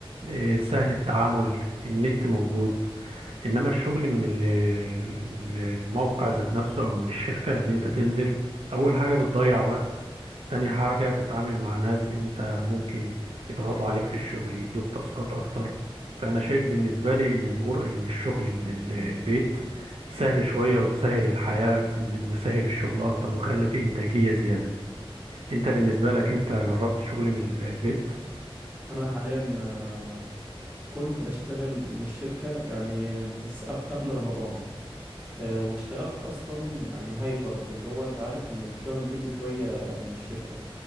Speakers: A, on the right; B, on the right.
A: آه، سهل التعامل النت موجود انما الشغل من ال- ال- الموقع ذات نفسه او من الشركة ان انت تنزل اول حاجة بتضيع وقت تاني حاجة بتتعامل مع ناس انت ممكن يضغطوا عليك في الشغل يدوك تاسكات اكتر فانا شايف بالنسبة لي ان الغر ان الشغل من ال- البيت سهل شوية وسهل الحياة بن- وسهل الشغل اكتر وخلى فيه انتاجية زيادة انت بالنسبة لك انت جربت شغل من ال- البيت
B: انا حاليا آه، كنت بشتغل من الشركه يعني آه، بس قب- قبل رمضان آه، واشتغلت اصلا يعني هايبرد اللي هو انت عارف من شويه من البيت وشويه آه، من الشركه